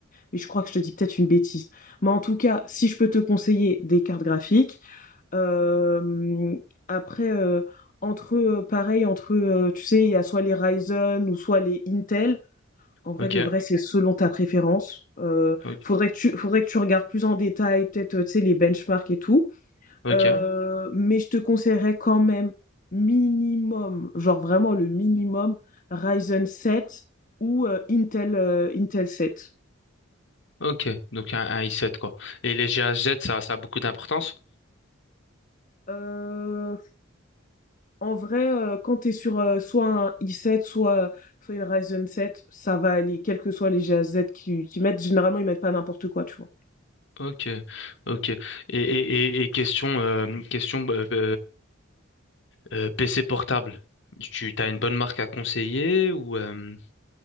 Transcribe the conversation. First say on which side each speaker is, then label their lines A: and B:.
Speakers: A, on the left; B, on the left.
A: Mais je crois que je te dis peut-être une bêtise. Mais en tout cas, si je peux te conseiller des cartes graphiques, euh, après, euh, entre, euh, pareil, entre, euh, tu sais, il y a soit les Ryzen ou soit les Intel. En vrai,
B: Ok.
A: de vrai, c'est selon ta préférence. Euh,
B: Ok.
A: faudrait que tu, faudrait que tu regardes plus en détail, peut-être, euh, tu sais, les benchmarks et tout.
B: Ok.
A: Euh, mais je te conseillerais quand même minimum, genre vraiment le minimum, Ryzen 7 ou euh, Intel, euh, Intel 7.
B: Ok. Donc un, un i7 quoi. Et les GHz, ça, ça a beaucoup d'importance?
A: Euh, en vrai, euh, quand tu es sur euh, soit un i7, soit, soit une Ryzen 7, ça va aller, quels que soient les G GAZ qui, qui mettent. Généralement, ils mettent pas n'importe quoi, tu vois.
B: Ok. Ok. Et, et, et, et question, euh, question. bah, bah, Euh, PC portable, tu as une bonne marque à conseiller ou euh,